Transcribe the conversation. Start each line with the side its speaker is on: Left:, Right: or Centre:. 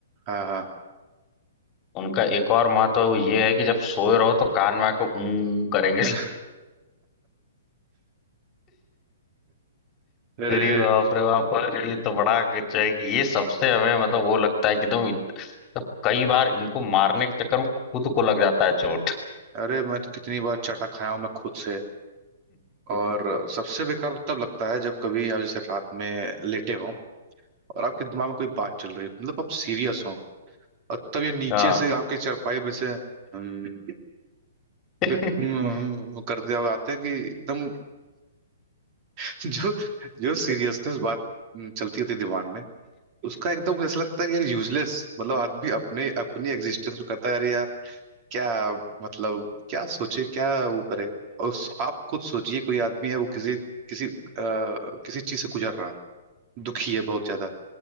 Right: हाँ हाँ
Left: उनका एक और महत्व है वो ये है कि जब सोए रहो तो कान में आके ऊं करेंगे
Right: <laughs>
Left: <laughs>
Right: अरे
Left: अरे बाप रे बाप अरे ये तो बड़ा कुछ है कि ये सबसे हमें मतलब वो लगता है कि एकदम इत- मतलब कई बार इनको मारने के चक्कर में खुद को लग जाता है चोट
Right: अरे मैं तो कितनी बार चाटा खाया हूं मैं खुद से और सबसे बेकार तो तब लगता है जब कभी आप जैसे रात में लेटे हो और आपके दिमाग में कोई बात चल रही हो मतलब आप सीरियस हो और तब ये नीचे
Left: हाँ
Right: से आपके चारपाई में से हम्म,
Left: <laughs>
Right: फिर हम्म, करते हुए आते हैं कि एकदम <laughs> जो जो सीरियसनेस बात हम्म, चलती होती है दिमाग में उसका एकदम ऐसा लगता है कि यार यूजलेस मतलब आदमी अपने अपनी एग्जिस्टेंस में करता है अरे यार क्या मतलब क्या सोचे क्या वो करे और उस- आप खुद सोचिए कोई आदमी है वो किसी किसी अ, किसी चीज से गुजर रहा है दुखी है बहुत ज्यादा